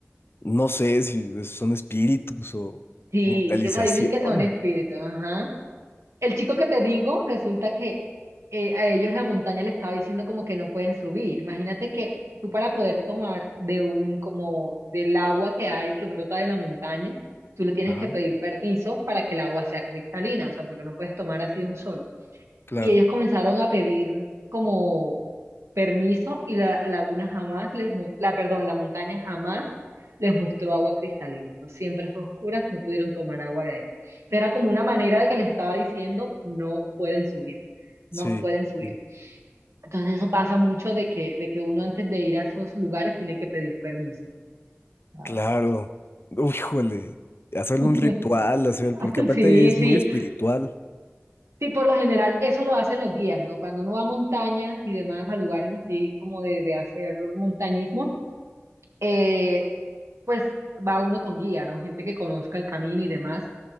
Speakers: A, on the left; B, on the right.
A: no sé si son espíritus o
B: Sí,
A: mentalización.
B: sí, o sea, dicen que son espíritus, ajá. El chico que te digo, resulta que eh, a ellos la montaña le estaba diciendo como que no pueden subir. Imagínate que tú para poder tomar de un, como del agua que hay, que brota de la montaña, tú le tienes
A: Ajá,
B: que pedir permiso para que el agua sea cristalina, o sea, porque no puedes tomar así de un solo
A: claro.
B: y ellos comenzaron a pedir como permiso y la laguna jamás les, mu- la, perdón, la montaña jamás les mostró agua cristalina. O sea, siempre fue oscuras, no pudieron tomar agua de ahí. Pero era como una manera de que les estaba diciendo, no pueden subir,
A: Sí,
B: no pueden subir.
A: sí,
B: Entonces eso pasa mucho de que, de que uno antes de ir a esos lugares tiene que pedir permiso. ¿sabes?
A: claro. Uy, Híjole, hacer
B: <laughs>
A: un ritual, hacer, porque aparte
B: Sí,
A: es
B: sí.
A: muy espiritual,
B: Sí, por lo general eso lo hacen los guías, ¿no? Cuando uno va a montañas y demás, a lugares así como de, de hacer montañismo, eh, pues va uno con guía, ¿no? Gente que conozca el camino y demás.